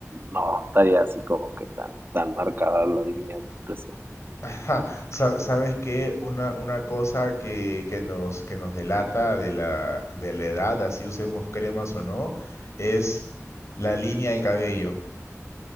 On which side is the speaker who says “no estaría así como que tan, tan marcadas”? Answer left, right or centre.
Right